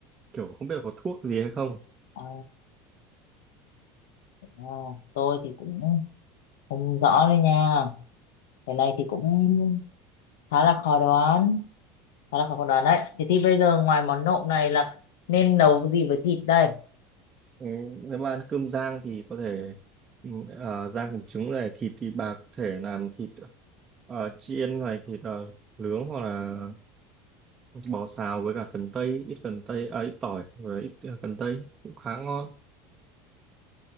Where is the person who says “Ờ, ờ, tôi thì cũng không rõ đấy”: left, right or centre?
Left